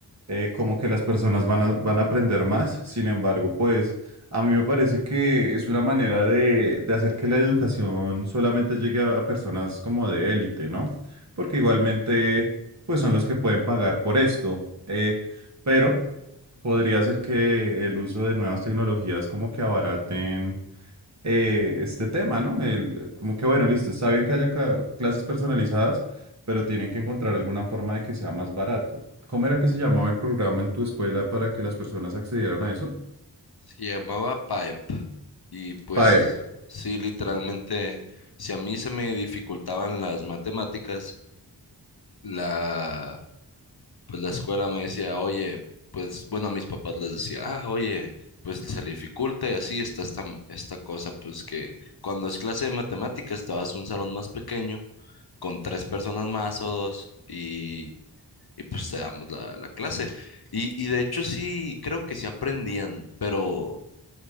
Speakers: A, on the right; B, on the left.
A: eh, como que las personas van a, van a aprender más, sin embargo, pues a mí me parece que es una manera de, de hacer que la educación solamente llegue a, a personas como de élite, ¿no? Porque igualmente, pues son los que pueden pagar por esto, eh, pero podría ser que el uso de nuevas tecnologías como que abaraten eh, este tema, ¿no? El, como que, bueno, listo, está bien que haya ca- clases personalizadas, pero tienen que encontrar alguna forma de que sea más barato. ¿Cómo era que se llamaba el programa en tu escuela para que las personas accedieran a eso?
B: Se llamaba PAEP y pues
A: PAEP, o
B: sí, literalmente, si a mí se me dificultaban las matemáticas, la pues la escuela me decía, oye, pues bueno, a mis papás les decía, ah, oye, pues se le dificulta y así está esta, esta cosa, pues que cuando es clase de matemáticas te vas a un salón más pequeño con tres personas más o dos y, y pues te damos la, la clase. Y, y de hecho sí, creo que sí aprendían, pero